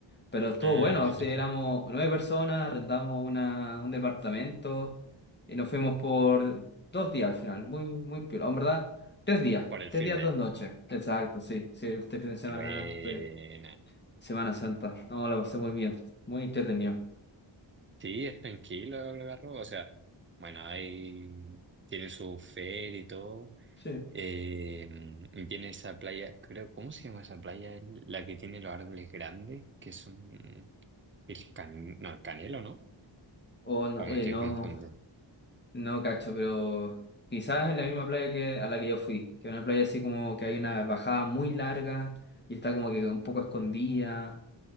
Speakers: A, on the left; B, on the right.
A: Pero estuvo
B: Mm,
A: bueno, o sea, éramos
B: <laughs>
A: nueve personas, rentamos una, un departamento, y nos fuimos por dos días al final, muy, muy piola, en verdad, tres días,
B: por el
A: tres
B: fin
A: días,
B: de...
A: dos noches, exacto, sí, sí, este fin de semana,
B: Buena.
A: sí. Semana Santa. No, la pasé muy bien. Muy entretenido.
B: Sí, es tranquilo el Algarrobo, o sea, bueno, ahí tiene su feria y todo.
A: Sí.
B: Eh, y tiene esa playa, creo, ¿cómo se llama esa playa? La que tiene los árboles grandes, que son el can, no, el canelo, ¿no?
A: O no,
B: O
A: eh,
B: me estoy
A: no,
B: confundiendo.
A: no cacho, pero quizás en la misma playa que a la que yo fui, que es una playa así como que hay una bajada muy larga y está como que un poco escondida.